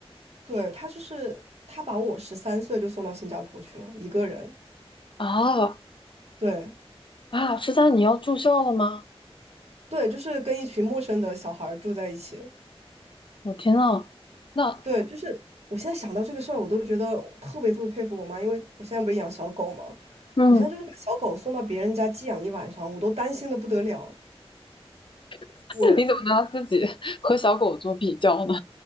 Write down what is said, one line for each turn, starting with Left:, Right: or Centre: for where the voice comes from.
Right: 对，他就是他把我十三岁就送到新加坡去了，一个人。
Left: 啊
Right: 对
Left: 啊！十三，你要住校了吗？
Right: 对，就是跟一群陌生的小孩儿住在一起。
Left: 我天呐，那
Right: 对，就是我现在想到这个事儿，我都觉得我特别特别佩服我妈，因为我现在不是养小狗嘛，
Left: 嗯，
Right: 我现在就是把小狗送到别人家寄养一晚上，我都担心的不得了。
Left: <laughs>
Right: 我，
Left: 你怎么拿自己 <laughs> 和小狗做比较呢？